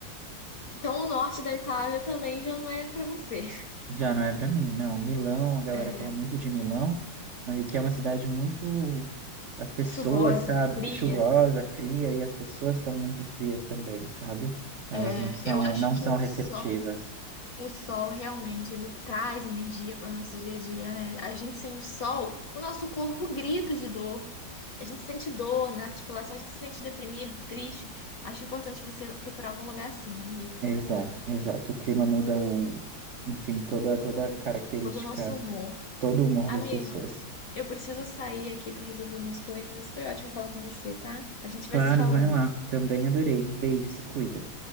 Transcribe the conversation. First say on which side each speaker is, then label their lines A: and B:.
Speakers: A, on the left; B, on the right.
A: Então o norte da Itália também já não é pra você.
B: Já não é pra mim, não. Milão, a galera
A: É,
B: fala muito de Milão, mas que é uma cidade muito, as pessoas,
A: chuvosa,
B: sabe,
A: fria.
B: chuvosa, fria, e as pessoas estão muito frias também, sabe? Elas
A: É,
B: não são,
A: eu acho
B: não
A: que
B: são
A: o
B: receptivas.
A: sol. O sol realmente ele traz energia para o nosso dia a dia, né? A gente sem o sol, o nosso corpo grita de dor. A gente sente dor na articulação, a gente se sente deprimido, triste. Acho importante você procurar algum lugar assim, amigo.
B: Exato, exato. O clima muda o, enfim, toda toda a característica,
A: Todo do nosso humor.
B: todo o humor
A: Amigo,
B: das pessoas.
A: eu preciso sair aqui para resolver umas coisas. Foi ótimo falar com você, tá? A gente
B: Claro,
A: vai se falando.
B: vai lá. Também adorei. Beijo, se cuida.